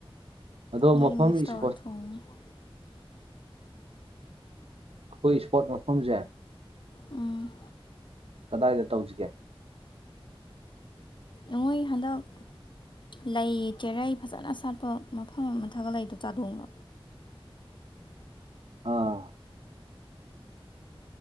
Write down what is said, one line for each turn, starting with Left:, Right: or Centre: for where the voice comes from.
Right: ꯑꯗꯣ
Left: ꯑꯗꯨꯗꯤ
Right: ꯃꯐꯝ
Left: ꯃꯤꯛꯁ ꯇꯧꯔꯥ
Right: ꯏꯁꯄꯣꯠ
Left: ꯍꯣꯡꯉꯣ
Right: ꯑꯩꯈꯣꯏ ꯏꯁꯄꯣꯔꯠ ꯃꯐꯝꯁꯦ
Left: ꯎꯝ
Right: ꯀꯗꯥꯏꯗ ꯇꯧꯁꯤꯒꯦ
Left: ꯅꯣꯏ ꯍꯟꯗꯛ ꯂꯩ ꯆꯦꯔꯩ ꯐꯖꯅ ꯁꯥꯠꯄ ꯃꯐꯝ ꯑꯃ ꯊꯛꯒ ꯂꯩꯗꯣ ꯆꯥꯗꯣꯡꯕ
Right: ꯑꯥ